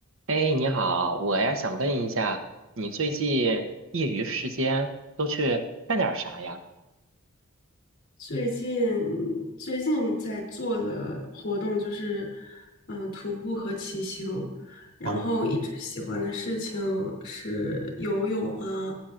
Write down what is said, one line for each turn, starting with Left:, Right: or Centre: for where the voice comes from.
Right: 哎，你好，我呀想问一下，你最近业余时间都去干点儿啥呀？
Left: 最近最近在做的活动就是，嗯、徒步和骑行，然后一直喜欢的事情是游泳啊，
Right: 哦，